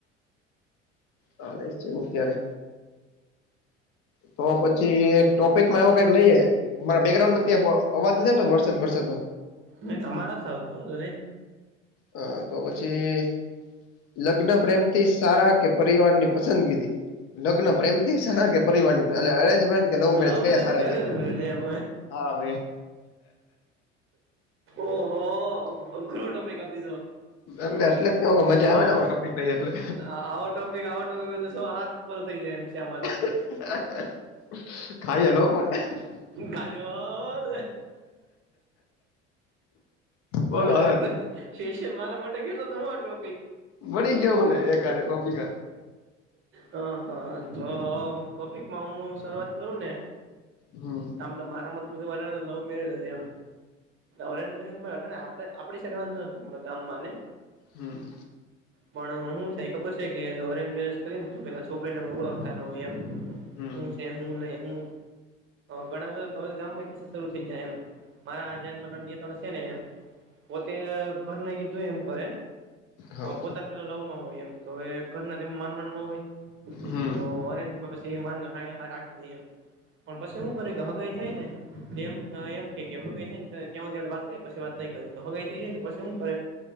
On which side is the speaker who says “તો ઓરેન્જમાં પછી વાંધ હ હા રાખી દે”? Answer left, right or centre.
Right